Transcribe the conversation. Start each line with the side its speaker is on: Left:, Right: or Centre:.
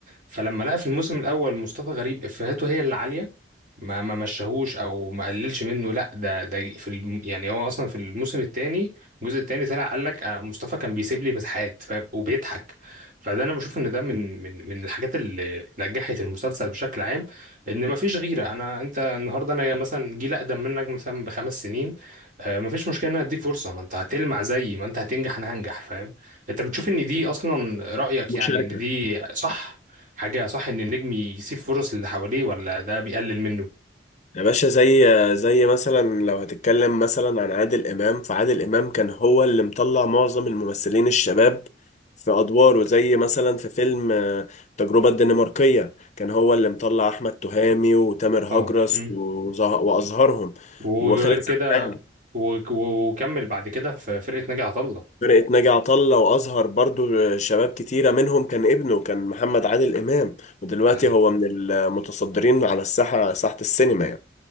Right: فلما لقى في الموسم الاول مصطفى غريب افهاته هي اللي عاليه ما ما مشاهوش او ما قللش منه لا ده ده في الم... يعني هو اصلا في الموسم الثاني الجزء الثاني طلع قال لك آه، مصطفى كان بيسيب لي مساحات فاهم؟ وبيضحك فده انا بشوف ان ده من من من الحاجات اللي نجحت المسلسل بشكل عام ان ما فيش غيره انا انت النهارده انا مثلا جيل اقدم منك مثلا بخمس سنين آه، ما فيش مشكله ان أنا اديك فرصه ما انت هتلمع زيي ما انت هتنجح انا هنجح فاهم انت بتشوف ان دي اصلا رأيك
Left: مشاركة
Right: يعني ان دي صح حاجة صح ان النجم يسيب فرص للي حواليه ولا ده بيقلل منه
Left: يا باشا زي زي مثلا لو هتتكلم مثلا عن عادل إمام فعادل إمام كان هو اللي مطلع معظم الممثلين الشباب في أدواره زي مثلا في فيلم آه، التجربة الدنماركية كان هو اللي مطلع أحمد تهامي وتامر
Right: طبعا
Left: هجرس
Right: مم.
Left: وزه- وأزهرهم
Right: وغير
Left: وخالد
Right: كده
Left: سرحان
Right: و- و- وكمل بعد كده في فرقة ناجي عطا الله
Left: فرقة ناجي عطا الله وأزهر برضو آه، شباب كتيرة منهم كان ابنه كان محمد عادل إمام ودلوقتي
Right: ده حقيقي
Left: هو من المتصدرين على الساحة ساحة السينما يعني